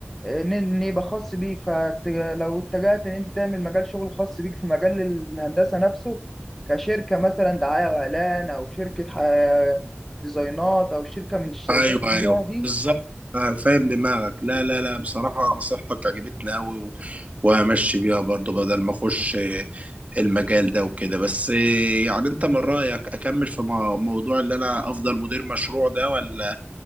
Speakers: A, in the centre; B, on the right.
A: اه، ان ان يبقى خاص بيك فلو اتجهت ان انت تعمل مجال شغل خاص بيك في مجال الهندسة نفسه كشركة مثلا دعاية واعلان او شركة ح- آه، ديزاينات او شركة من الشركات
B: أيوه أيوه
A: اللي هي دي
B: بالظبط آه، فاهم دماغك لا لا لا بصراحة نصيحتك عجبتني أوي و- وهمشي بيها برضو بدل ما أخش المجال ده وكده بس يعني انت من رأيك اكمل في مو- موضوع اللي انا افضل مدير مشروع ده ولا